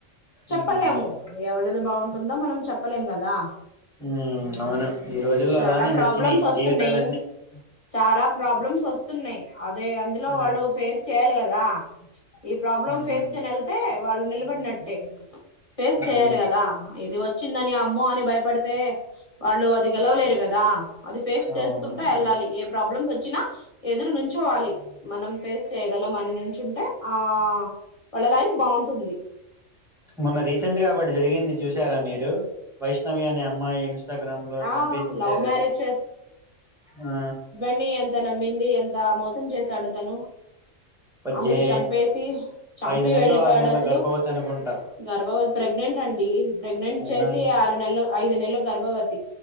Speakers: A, on the left (about 30°); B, in the centre.
A: చెప్పలేము
B: ఉమ్,
A: ఎవళది బాగుంటుందో మనం చెప్పలేం కదా.
B: ఊ అవును ఈ రోజుల్లో
A: చాలా
B: అలానే
A: ప్రాబ్లమ్స్
B: చచ్చినాయి
A: వస్తున్నాయి
B: జీవితాలన్నీ.
A: చాలా ప్రాబ్లమ్స్ వస్తు న్నాయి అదే అందులో
B: ఆ
A: వాళ్ళు ఫేస్ చేయాలి కదా ఇ ప్రాబ్లం
B: ఉమ్,
A: ఫేస్ చెనెళ్తే వాళ్ళు. నిలబడినట్టే ఫేస్
B: అవును
A: చేయాలి కదా ఇది వ చ్చిందని అమ్మో అని భయపడితే వాళ్ళు అది గెలవలేరు కదా. అది ఫేస్
B: అవును
A: చేస్తుంటా
B: అవును.
A: వెళ్ళాలి ఏ ప్రాబ్లమ్స్స్ వచ్చినా ఎదురు నుంచోవాలి మనం ఫేస్ చేయగలం అని నుంచుంటే ఆ వాళ్ళ లైఫ్ బాగుంటుంది.
B: మొన్న రీసెంట్ గా ఒకటి జరిగింది చూసారా మీరు. వైష్ణవి అనే అమ్మాయి ఇన్స్టాగ్రామ్ లో
A: ఆ
B: చంపేసెసారు
A: లవ్ మ్యారేజ్
B: ఆ
A: అని ఎంత నమ్మింది ఎంత మోసం చేశాడు తను
B: పజ్జే
A: అసలు చంపేసి చంపి
B: ఐదు నెలలు
A: వెళ్ళిపోయాడు
B: ఆరు నెలలు
A: అసలు.
B: గర్భవతి అనుకుంటా
A: గర్భవ ప్రెగ్నెంట్ అండి ప్రెగ్నెంట్.
B: అయినా
A: చేసి ఆరు నెల్లు ఐదు నెల్లు గర్భవతి